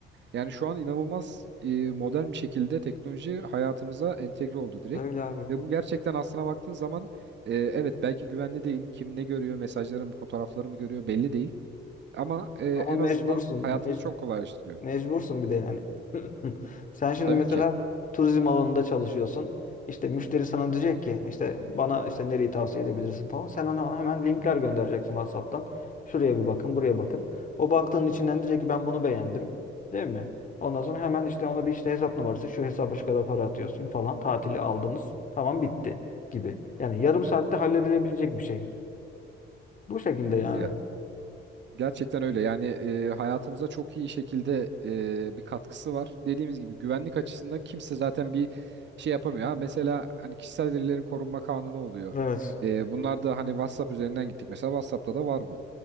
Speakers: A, on the right; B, on the left.
A: Yani şu an inanılmaz e, modern bir şekilde teknoloji hayatımıza entegre oldu direkt.
B: Öyle abi.
A: Ve bu gerçekten aslına baktığın zaman e, evet belki güvenli değil. Kim ne görüyor, mesajlarımı, fotoğraflarımı görüyor belli değil. Ama e, en
B: Ama mecbursun.
A: azından hayatımızı
B: Mec-
A: çok kolaylaştırıyor.
B: mecbursun bir de yani. <laughs> Sen şimdi
A: Tabii
B: mesela
A: ki.
B: turizm alanında çalışıyorsun. İşte müşteri sana diyecek ki işte bana işte nereyi tavsiye edebilirsin falan. Sen ona hemen linkler göndereceksin WhatsApp'tan. Şuraya bir bakın, buraya bakın. O baktığın içinden diyecek ki ben bunu beğendim. Değil mi? Ondan sonra hemen işte ona bir işte hesap numarası, şu hesaba şu kadar para atıyorsun falan. Tatili aldınız. Tamam bitti gibi. Yani yarım saatte halledilebilecek bir şey. Bu şekilde yani.
A: Ya Gerçekten öyle. Yani e, hayatımıza çok iyi şekilde e, bir katkısı var. Dediğimiz gibi güvenlik açısından kimse zaten bir şey yapamıyor. Ha, mesela hani kişisel verilerin korunma kanunu oluyor.
B: Evet.
A: E, bunlar da hani WhatsApp üzerinden gittik. Mesela WhatsApp'ta da var bu.